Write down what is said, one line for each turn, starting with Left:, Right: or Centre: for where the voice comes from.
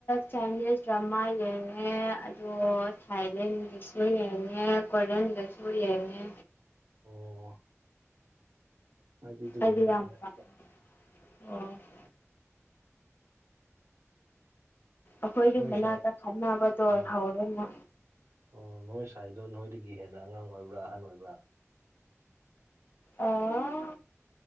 Left: ꯆꯥꯏꯅꯤꯁ ꯗ꯭ꯔꯃꯥ ꯌꯦꯡꯉꯦ ꯑꯗꯨ ꯊꯥꯏꯂꯦꯟꯗꯁꯨ ꯌꯦꯡꯉꯦ ꯀꯣꯔꯤꯌꯟꯗꯁꯨ ꯌꯦꯡꯉꯦ
Right: ꯑꯣ ꯍꯥꯏꯗꯤ ꯑꯗꯨꯒꯨꯝꯕꯗ
Left: ꯑꯩꯗꯤ ꯌꯥꯝ
Right: ꯍꯩꯅꯗꯦꯗ
Left: ꯄꯥꯝ <unintelligible> ꯑꯩꯈꯣꯏꯒꯤ
Right: ꯅꯣꯏ
Left: ꯃꯅꯥꯛꯇ
Right: ꯁꯥꯏ
Left: ꯈꯠꯅꯕꯗꯣ
Right: ꯎꯝ
Left: ꯍꯧꯔꯦ ꯅꯥ
Right: ꯑꯣ ꯅꯣꯏ ꯁꯥꯏꯗꯣ ꯅꯣꯏꯗꯒꯤ ꯍꯦꯟꯅ ꯑꯉꯥꯡ ꯑꯣꯏꯕ꯭ꯔꯥ ꯑꯍꯟ ꯑꯣꯏꯕ꯭ꯔꯥ
Left: ꯑꯥ